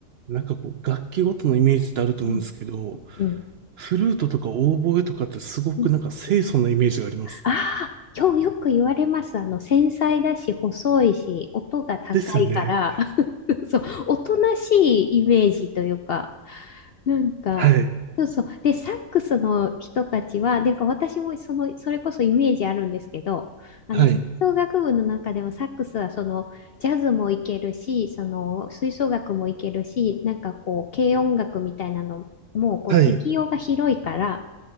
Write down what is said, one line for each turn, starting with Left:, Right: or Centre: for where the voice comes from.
Right: なんかこう、楽器ごとのイメージってあると思うんですけど、
Left: うん。うん。
Right: フルートとかオーボエとかってすごくなんか清楚なイメージがあります。
Left: うんああ、よよく言われます。あの、繊細だし、細いし、音が高いから、
Right: ですよね。
Left: <laughs> そう、おとなしいイメージというか、なんか、
Right: はい。
Left: そうそう。で、サックスの人たちは、なんか私もその、それこそイメージあるんですけど、あの、
Right: はい。
Left: 吹奏楽部の中でもサックスはその、ジャズもいけるし、その、吹奏楽もいけるし、なんかこう、軽音楽みたいなのも、こう、
Right: はい。
Left: 適用が広いから、